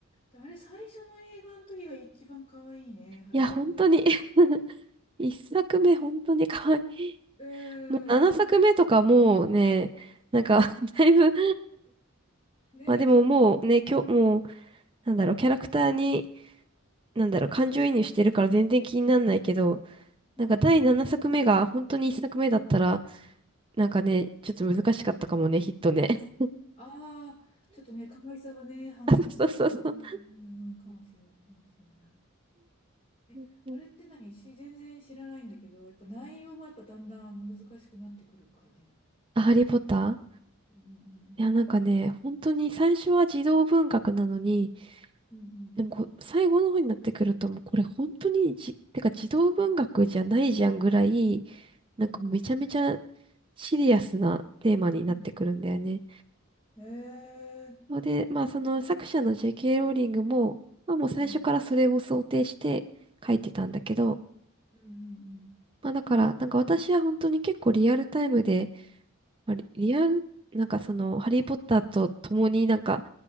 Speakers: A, on the left; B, on the right.
A: で、あれ、最初の映画の時が一番可愛いね、ハリーがね。
B: いや、本当に <laughs> 一作目、本当に可愛い。
A: うーん、
B: 七作目とかもうね、
A: あ
B: なんか <laughs> だいぶ
A: ー、ねえ、
B: まあでももうね、
A: ちょっと、
B: 今日、もう、なんだろう、キャラクターに、なんだろう、感情移入してるから全然気になんないけど、
A: うんうん。
B: なんか第7作目が本当に1作目だったら、なんかね、ちょっと難しかったかもね、ヒットね。<laughs>
A: ああ、ちょっとね、可愛さがね、半減しちゃってね、
B: あそうそうそうそう。
A: うんうん、かもしんない、かもしんない。え、
B: うんうん
A: あれって何し、全然知らないんだけど、やっぱ内容もやっぱだんだん難しくなってくる感じなの。
B: あ、ハリーポッター
A: うん
B: いや、なんかね、本当に最初は児童文学なのに、
A: うんうん。うん
B: でもこう、最後の方になってくると、もうこれ本当にじ、てか児童文学じゃないじゃんぐらい、なんかめちゃめちゃ
A: うんうんうん
B: シリアスなテーマになってくるんだよね。
A: うんうんうん。えー
B: それで、まあその作者の
A: うん
B: J.K. ローリングも、まあもう最初からそれを想定して書いてたんだけど、
A: うんうんうん
B: まあだから、なんか私は本当に結構リアルタイムで、まあリリアル、なんかその、ハリー・ポッターと共になんか、